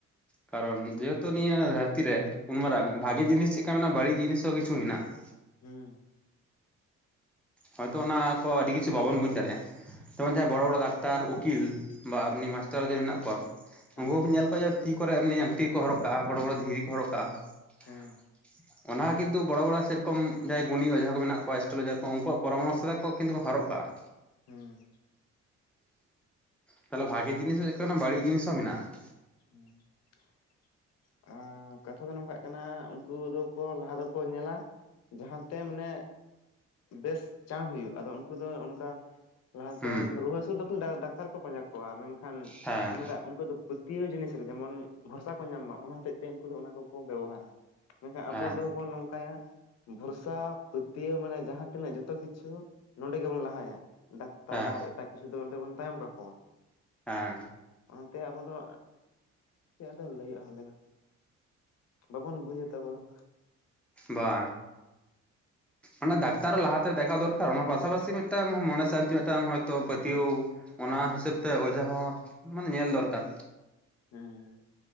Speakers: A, in the centre; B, on the left (about 60°).
A: ᱠᱟᱨᱚᱱ ᱡᱮᱦᱮᱛᱩ ᱱᱤᱭᱟᱹ ᱫᱷᱟᱹᱨᱛᱤ ᱨᱮ ᱩᱱ ᱢᱟᱨᱟᱝ ᱵᱷᱟᱜᱮ ᱡᱤᱱᱤᱥ ᱪᱮᱫ ᱠᱟ ᱢᱮᱱᱟᱜᱼᱟ, ᱵᱟᱹᱲᱤᱡᱽ ᱡᱤᱱᱤᱥ ᱦᱚᱸ ᱠᱤᱪᱷᱩ ᱢᱮᱱᱟᱜᱼᱟ ᱾
B: ᱦᱩᱸ ᱾
A: ᱦᱚᱭᱛᱳ ᱚᱱᱟ ᱠᱚ ᱟᱹᱰᱤ ᱠᱤᱪᱷᱩ ᱵᱟᱵᱚᱱ ᱵᱩᱡᱽ ᱫᱟᱲᱮᱜᱼᱟ ᱾ ᱡᱮᱢᱚᱱ ᱡᱟᱦᱟᱸᱭ ᱵᱚᱲᱚ, ᱵᱚᱲᱚ ᱰᱟᱠᱛᱟᱨ ᱩᱠᱤᱞ ᱵᱟ ᱮᱢᱱᱤ ᱢᱟᱥᱴᱟᱨ ᱡᱮ ᱢᱮᱱᱟᱜ ᱠᱚᱣᱟ ᱾
B: ᱦᱮᱸ
A: ᱩᱱᱠᱩ ᱯᱮ ᱧᱮᱞ ᱠᱚᱣᱟ ᱡᱮ ᱛᱤ ᱠᱚᱨᱮ ᱮᱢᱱᱤ ᱟᱝᱴᱤ ᱠᱚ ᱦᱚᱨᱚᱜ ᱠᱟᱜᱼᱟ ᱵᱚᱲᱚ ᱵᱚᱲᱚ ᱫᱷᱤᱨᱤ ᱠᱚ ᱦᱚᱨᱚᱜ ᱠᱟᱜᱼᱟ
B: ᱦᱮᱸ
A: ᱾ ᱚᱱᱟ ᱠᱤᱱᱛᱩ ᱵᱚᱲᱚ, ᱵᱚᱲᱚ ᱥᱮ ᱨᱚᱠᱚᱢ ᱡᱟᱦᱟᱸᱭ ᱜᱩᱱᱤ ᱚᱡᱷᱟ ᱠᱚ ᱢᱮᱱᱟᱜ ᱠᱚᱣᱟ ᱮᱥᱴᱳᱞᱚᱡᱟᱨ ᱠᱚ ᱩᱱᱠᱩ ᱯᱚᱨᱟᱢᱚᱨᱥᱚ ᱫᱟᱠᱚ ᱠᱤᱱᱛᱩ ᱠᱚ ᱦᱚᱨᱚᱜ ᱠᱟᱜᱼᱟ ᱾
B: ᱦᱩᱸ ᱾
A: ᱛᱟᱦᱚᱞᱮ ᱵᱷᱟᱜᱮ ᱡᱤᱱᱤᱥ ᱦᱚᱸ ᱪᱮᱫ ᱠᱟ ᱢᱮᱱᱟ ᱵᱟᱹᱲᱤᱡᱽ ᱡᱤᱱᱤᱥ ᱦᱚᱸ ᱢᱮᱱᱟᱜᱼᱟ ᱾
B: <inaudible> ᱟᱻ ᱠᱟᱛᱷᱟ ᱫᱚ ᱱᱚᱝᱠᱟᱜ ᱠᱟᱱᱟ ᱩᱱᱠᱩ ᱫᱚᱠᱚ ᱞᱟᱦᱟ ᱫᱚ ᱠᱚ ᱧᱮᱞᱟ ᱡᱟᱦᱟᱸ ᱛᱮ ᱢᱟᱱᱮ ᱵᱮᱥ ᱪᱟᱬ ᱦᱩᱭᱩᱜᱼᱟ, ᱟᱫᱚ ᱩᱱᱠᱩ ᱫᱚ ᱚᱱᱠᱟ ᱞᱟᱦᱟ
A: ᱦᱩᱸ
B: ᱛᱮᱫᱚ ᱨᱩᱣᱟᱹ ᱦᱟᱹᱥᱩ ᱨᱮᱫᱚ ᱠᱷᱟᱱ ᱰᱟ-ᱫᱟᱠᱠᱛᱟᱨ ᱠᱚ ᱯᱟᱸᱡᱟ ᱠᱚᱣᱟ ᱢᱮᱱᱠᱷᱟᱱ
A: ᱦᱮᱸ
B: <unintelligible> ᱩᱱᱠᱩ ᱫᱩ ᱛᱤᱭᱟᱹ ᱡᱤᱱᱤᱥ ᱨᱮ ᱡᱮᱢᱚᱱ ᱵᱷᱚᱨᱥᱟ ᱠᱚ ᱧᱟᱢ ᱢᱟ ᱚᱱᱟ ᱦᱚᱛᱮᱡᱽ ᱛᱮ ᱩᱱᱠᱩ ᱫᱚ ᱚᱱᱟ ᱠᱚ ᱠᱚ ᱵᱮᱵᱚᱦᱟᱨᱟ᱾ ᱢᱮᱱᱠᱷᱟᱱ ᱟᱵᱚ
A: ᱦᱮᱸ
B: ᱫᱚᱵᱚᱱ ᱱᱚᱝᱠᱟᱭᱟ ᱵᱷᱚᱨᱥᱟ ᱯᱟᱹᱛᱭᱟᱹᱣ ᱢᱟᱱᱮ ᱡᱟᱦᱟᱸ ᱛᱤᱱᱟᱹᱜ ᱡᱚᱛᱚ ᱠᱤᱪᱷᱩ ᱱᱚᱰᱮ ᱜᱮ ᱵᱚᱱ ᱞᱟᱦᱟᱭᱟ᱾ ᱰᱟᱠᱛᱟᱨ
A: ᱦᱮᱸ
B: ᱮᱴᱟᱜ ᱠᱤᱪᱷᱩ ᱫᱚ ᱚᱱᱛᱮ ᱵᱚᱱ ᱛᱟᱭᱚᱢ ᱠᱟᱠᱚᱣᱟ᱾
A: ᱦᱮᱸ᱾
B: ᱚᱱᱟ ᱛᱮ ᱟᱵᱚ ᱫᱚ᱾ ᱪᱮᱫ ᱫᱚ ᱞᱟᱹᱭᱚᱜᱼᱟ ᱞᱟᱹᱭ ᱢᱮ᱾ ᱵᱟᱵᱚᱱ ᱵᱩᱡᱟ ᱛᱚ ᱟᱵᱚ ᱫᱚ᱾
A: ᱵᱟ᱾ ᱚᱱᱟ ᱰᱟᱠᱛᱟᱨ ᱞᱟᱦᱟ ᱛᱮ ᱫᱮᱠᱷᱟᱣ ᱫᱚᱨᱠᱟᱨ᱾ ᱚᱱᱟ ᱯᱟᱥᱟ ᱯᱟᱥᱤ ᱢᱤᱫᱴᱟᱝ ᱢᱚᱱᱮ ᱥᱟᱱᱛᱤ ᱢᱤᱫ ᱴᱟᱝ ᱦᱳᱭᱛᱚ ᱯᱟᱹᱛᱭᱟᱹᱣ ᱚᱱᱟ
B: ᱦᱮᱸ
A: ᱦᱤᱥᱟᱹᱵ ᱛᱮ ᱚᱡᱷᱟ ᱦᱚᱸ ᱢᱟᱱᱮ ᱧᱮᱞ ᱫᱚᱨᱠᱟᱨ᱾
B: ᱦᱩᱸ᱾